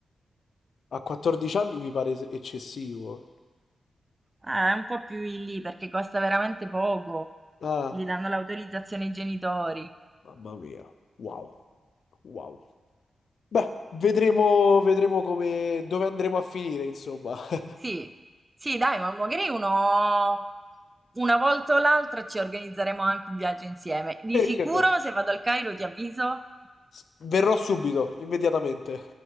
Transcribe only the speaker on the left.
A 14 anni mi pare se- eccessivo.
Ah,
mamma mia. Wow. Wow. Beh, vedremo, vedremo come, dove andremo a finire, insomma. <laughs>
Perché
no?
S- Verrò subito, immediatamente.